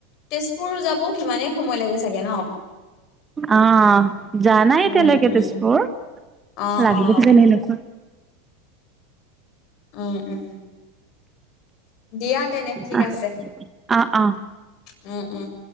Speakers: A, on the left; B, on the right.
A: তেজপুৰ যাবও সিমানেই সময় লাগে চাগে ন?
B: অঁহ, যোৱা নাই
A: উম
B: এতিয়ালৈকে
A: উম
B: তেজপুৰ।
A: অ
B: লাগিল
A: অ
B: যেন এনেকুৱা
A: উম' উম'। দিয়া তেনে ঠিক
B: আহ
A: আছে।
B: অ' অ'।
A: উম' উম'।